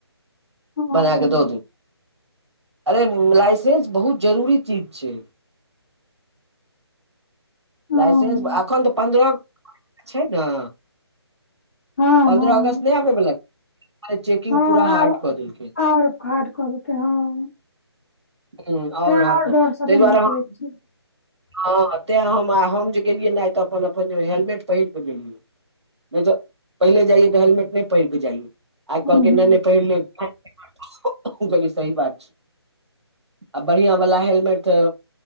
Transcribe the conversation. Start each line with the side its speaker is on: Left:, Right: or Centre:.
Left: हँ
Right: बना क दऽ दियौ। अरे लाइसेंस बहुत जरूरी चीज छैय।
Left: हँ
Right: लाइसेंस आ एखन तऽ पन्द्रह छैय न
Left: हँ
Right: पन्द्रह
Left: हँ
Right: अगस्त नै आबैबला आइ चेकिंग पूरा
Left: हँ
Right: हार्ड
Left: आरो
Right: कऽ देलकै
Left: आओर <unintelligible> हँ
Right: हुं और
Left: तें आओर
Right: हरदम ताहि
Left: डर स नै
Right: दुआरे
Left: निकलै
Right: हम
Left: छैय
Right: हँ तेंय हम आ हम जे गेलियै ने आइ तऽ अपन-अपन हेलमेट पहिर क गेलियै नै ज पहिले जाइयै तऽ हेलमेट नै पहिर क जाइयै आइ
Left: हूं
Right: कहलकै
Left: हूं
Right: नै नै पहिर ले हम कहलियै सही बात छैय आ बढ़िया वाला हेलमेट